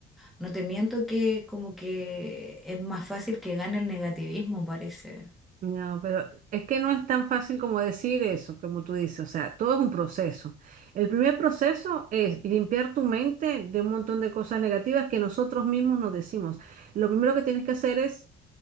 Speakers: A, in the centre; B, on the right.
A: no te miento que como que es más fácil que gane el negativismo, parece.
B: No, pero es que no es tan fácil como decir eso, como tú dices, o sea, todo es un proceso. El primer proceso es limpiar tu mente de un montón de cosas negativas que nosotros mismos nos decimos. Lo primero que tienes que hacer es